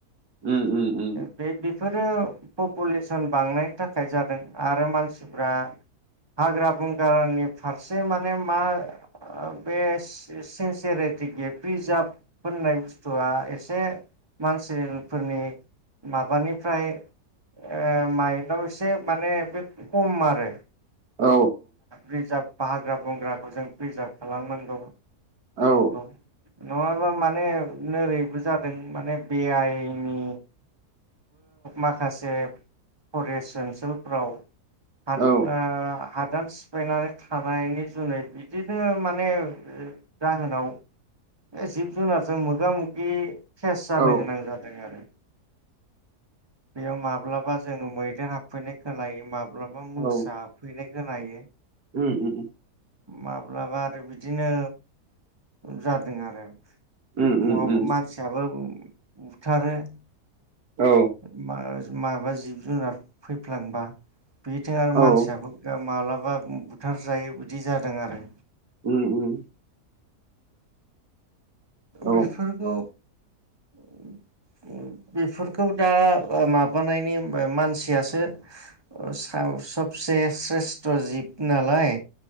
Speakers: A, on the right; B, on the right.
A: उम उम।
B: बे बेफोरो पपुलेसन बांनायनि थाखाय जादों आरो मानसिफ्रा हाग्रा बंग्रानि फारसे माने मा बे सिनसिरिटि गि-प्रिजार्भ होननाय बुस्थुआ एसे मानसिफोरनि माबानिफ्राय ओ माइन्डआव एसे माने बे खम आरो।
A: औ
B: रिजार्भ हाग्रा बंग्राखौ जों प्रिजार्भ खालामनांगौ। <unintelligible>
A: औ
B: नङाब्ला माने नोरैबो जादों माने बे आइनि माखासे फरेस्ट ओनसोलफ्राव <unintelligible>
A: औ
B: हादान सिफायनानै थानायनि जुनै बिदिनो माने जाहोनाव जिब जुनारजों मोगि मोगि केेस जानो
A: औ
B: गोनां जादों आरो। बेयाव माब्लाबा जोङो मैदेर हाबफैनाय खोनायो माब्ला माब्लाबा मोसा
A: औ
B: हाबफैनाय खोनायो।
A: उम उम।
B: माब्लाबा आरो बिदिनो जादों आरो।
A: उम उम
B: माबा
A: उम
B: मानसियाबो बुथारो। <unintelligible>
A: औ
B: माबा जिब जुनार फैफ्लांबा <unintelligible>
A: औ
B: मानसियाबो माब्ला माबा बुथार जायो बिदि जादों आरो।
A: उम उम औ
B: बेफोरखौ। <inaudible> बेफोरखौ दा माबानायनि मानसियासो सायाव सबसे स्रेस्थ' जिब नालाय।